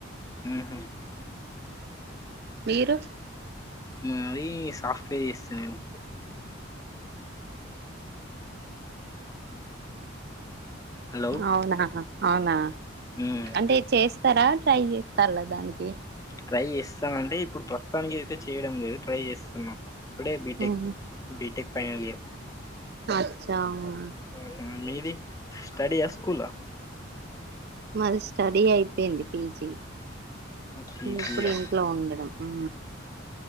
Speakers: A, on the left; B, on the right.
A: హు హుమ్
B: మీరు
A: మరి సాఫ్ పే ఇస్తా నేను హలో
B: అవునా అవునా
A: హ్మ్
B: అంటే చేస్తారా ట్రై చేస్తాత్తలా దానికి
A: ట్రై చేస్తాం అంటే ఇప్పుడు ప్రస్తుతానికి అయితే చేయడం లేదు ట్రై చేస్తున్నాం ఇప్పుడే బిటెక్
B: మ్మ్
A: బిటెక్ ఫైనల్ ఇయర్
B: అచ్చా అవునా
A: హూ హు మీది స్టడియా స్కూల్ ఆ
B: మాది స్టడీ అయిపోయింది పీజీ
A: పీజీయా
B: ఇంగ్ ఇప్పుడు ఇంట్లో ఉండడం హూ